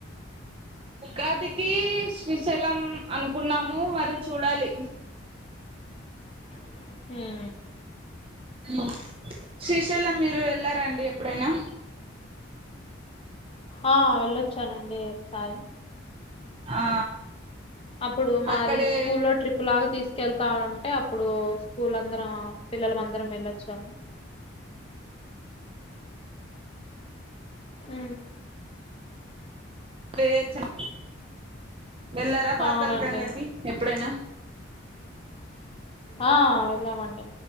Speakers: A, on the right (about 25°); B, on the left (about 30°).
A: ఉగాదికి శ్రీశైలం అనుకున్నాము. మరి చూడాలి
B: మ్
A: ఊ శ్రీశైలం మీరు వెళ్లారండి ఎప్పుడైనా?
B: ఆ వెళ్ళొచ్చానండి ఒకసారి
A: ఆ
B: అప్పుడు మాది
A: అక్కడే
B: స్కూల్ లో ట్రిప్ లాగా తీసుకెళ్తా ఉంటే అప్పుడు స్కూల్ అందరం, పిల్లలు అందరం వెళ్ళొచ్చాము. ఊ
A: వే చ వెళ్ళారా పాతళ
B: అవునండి
A: గంగకి ఎప్పుడైనా
B: ఆ వెళ్ళామండి